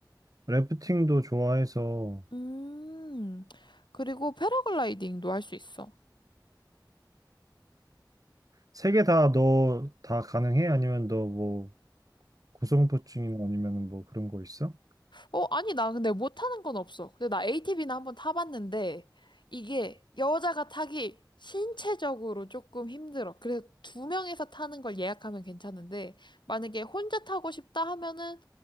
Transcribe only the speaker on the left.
음, 그리고 패러글라이딩도 할 수 있어.
어, 아니, 나 근데 못하는 건 없어. 근데 나 ATV는 한번 타봤는데, 이게 여자가 타기 신체적으로 조금 힘들어. 그래서 두 명이서 타는 걸 예약하면 괜찮은데, 만약에 혼자 타고 싶다 하면은